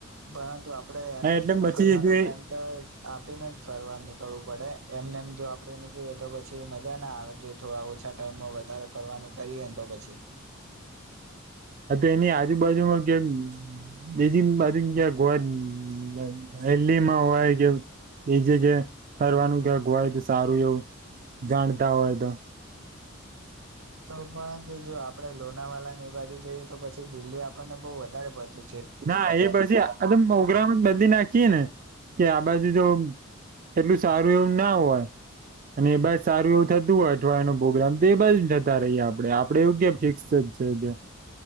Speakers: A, on the right (about 80°); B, on the right (about 40°).
A: પરંતુ આપ આપણે
B: હા એટલે પછી
A: ફરવાનો ટાઈમ તો આપીને જ ફરવાની નીકળવું પડે એમને એમ જો આપડે નીકળી જય તો પછી મજા ના આવે જો થોડા ઓછા ટાઈમમાં વધારે ફરવાનું કરીએને તો પછી
B: એની આજુબાજુમાં કેમ બીજી બાજુ ક્યા ગોવા હલીમાં હોય કે એ જે જે ફરનું ક્યાંક હોય તો સારું એવું જાણતા હોય તો
A: તો પણ જો આપડે લોનાવાલાની બાજુ જઈએ તો પછી દિલ્હી આપણને બહુ વધારે પડતી
B: ના એ પછી આ મોગરામ જ બધી નાખીએે ને કે આ બાજુ જો એટલું સારું એવું ના હોય અને એ બાજ સારું એવું થતું હોય અઠવાડિયાનો પ્રોગ્રામ તો એ બાજ જતા રહીએ આપડે આપડેવું કેમ ફિક્સ છે